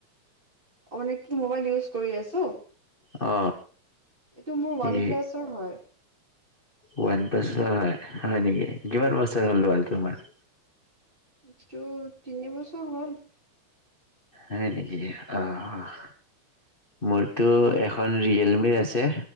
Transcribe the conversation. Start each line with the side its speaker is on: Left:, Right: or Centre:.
Right: অ, মানে কি মোবাইল ইউজ কৰি আছোঁ।
Left: অ।
Right: এইটো মোৰ ওৱান
Left: ই
Right: প্লাছৰ হয়।
Left: ওৱান প্লাছৰ হয়- হয় নেকি, কিমান বছৰ হ'ল লোৱা তোমাৰ?
Right: এইটো তিনি বছৰ হ'ল।
Left: হয় নেকি, অঁ। মোৰতো এখন ৰিয়েলমিৰ আছে,